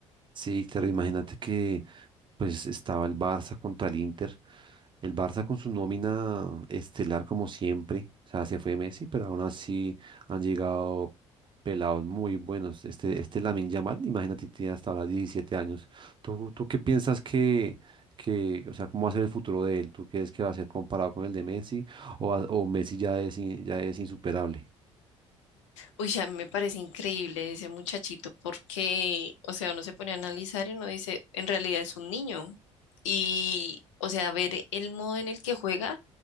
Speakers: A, on the right; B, on the left.
A: Sí, claro, imagínate que pues estaba el Barça contra el Inter. El Barça con su nómina estelar como siempre, o sea, se fue Messi, pero aún así han llegado pelados muy buenos. Este, este Lamine Yamal, imagínate, tiene hasta ahora 17 años. ¿Tú, tú qué piensas que, que, o sea, cómo va a ser el futuro de él? ¿Tú crees que va a ser comparado con el de Messi o, va- o Messi ya es, in- ya es insuperable?
B: Uy, a mí me parece increíble ese muchachito porque, o sea, uno se pone a analizar y uno dice, en realidad es un niño. Y, o sea, ver el modo en el que juega